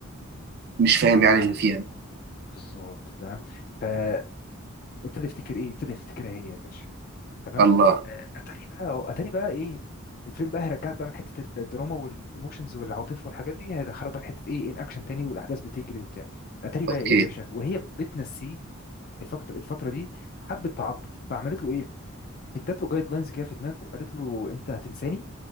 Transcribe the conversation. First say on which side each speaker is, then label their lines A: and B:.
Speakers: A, on the right; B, on the left.
A: مش فاهم
B: ايوه
A: يعني اللي فيها
B: بالظبط تمام فابتدى يفتكر ايه ابتدى يفتكرها هي يا باشا تمام
A: الله
B: آه، اتاري بقى اتاري بقى ايه الفيلم بقى هيرجعك بقى من حته الدراما والايموشنز والعاطفه والحاجات دي هيدخلك بقى في حته ايه الاكشن تاني والاحداث بتجري وبتاع اتاري بقى
A: اوكي
B: ايه يا باشا وهي بتنسيه الفكت- الفتره دي حبت تعاقبه فعملت له ايه ادت له جايد لاينز كده في دماغه قالت له انت هتنساني